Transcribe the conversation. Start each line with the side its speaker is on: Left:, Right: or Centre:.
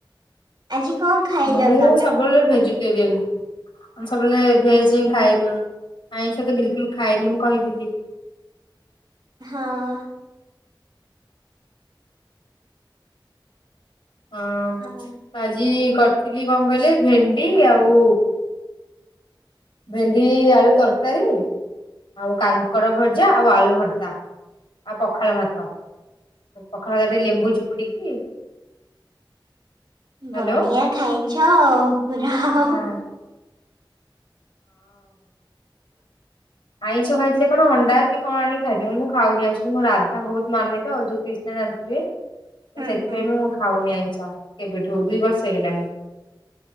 Right: ଆଜି କଣ ଖାଇଲ
Left: ମୁଁ
Right: ତମେ?
Left: ସବୁବେଳେ ଭେଜିଟେରିଆନ୍। ମୁ ସବୁବେଳେ ଭେଜ ହିଁ ଖାଏ ନ ଆାଇଁଷ ତ ବିଲକୁଲ୍ ଖାଏନି ମୁଁ କହିଥିଲି।
Right: ହଁ।
Left: ହଁ
Right: ହଁ,
Left: ତ ଆଜି କରିଥିଲି କଣ କହିଲେ ଭେଣ୍ଡି ଆଉ ଭେଣ୍ଡି ଆଳୁ ତରକାରୀ ଆଉ କାଙ୍କଡ ଭଜା ଆଉ ଆଳୁ ଭର୍ତ୍ତା ଆଉ ପଖାଳ ଭାତ। ପଖାଳରେ ଟିକେ ଲେମ୍ବୁ ଚୁପୁଡିକି ହ୍ୟାଲୋ
Right: ବଢିଆ ଖାଇଛ ଆଉ ପୁରା ଆଉ।
Left: ହଁ।
Right: <inaudible>
Left: ଆଇଁଷ ଖାଇଥିଲେ କଣ ଅଣ୍ଡା କି କଣ ଆଣି ଖାଇଥିଲି ମୁଁ ଖାଉନି ଆକଚୁଆଲି ମୋ ରାଧାଙ୍କୁ ବୋହୁତ ମାନେତ <unintelligible> ନା ଜାଣିଥିବେ ତ
Right: ହୁଁ
Left: ସେଥିପାଇଁ
Right: ହୁଁ।
Left: ମୁଁ ଖାଉନି ଆଇଁଷ କେବେଠୁ ଦୁଇ ବର୍ଷ ହେଇଗଲାଣି।